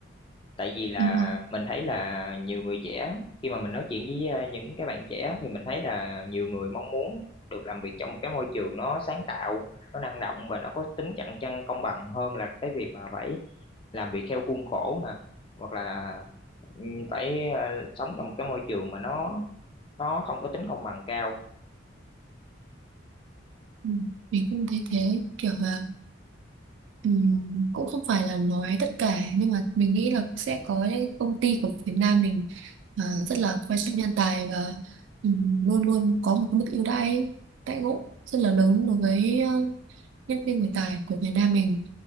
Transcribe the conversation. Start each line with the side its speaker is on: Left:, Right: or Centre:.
Left: tại vì là
Right: đúng không
Left: mình thấy là nhiều người trẻ khi mà mình nói chuyện với ờ, những cái bạn trẻ thì mình thấy là nhiều người mong muốn được làm việc trong một cái môi trường nó sáng tạo nó năng động và nó có tính cạnh tranh công bằng hơn là cái việc mà phải làm việc theo khuôn khổ nè hoặc là ừ, phải ờ, sống trong một cái môi trường mà nó nó không có tính công bằng cao
Right: ừ. mình cũng thấy thế kiểu là ừm, cũng không phải là nói tất cả nhưng mà mình nghĩ là sẽ có những công ty của Việt Nam mình à, rất là quan trọng nhân tài và ừm, luôn luôn có một cái mức ưu đãi đãi ngộ rất là lớn đối với ờ, nhân viên người tài của Việt Nam mình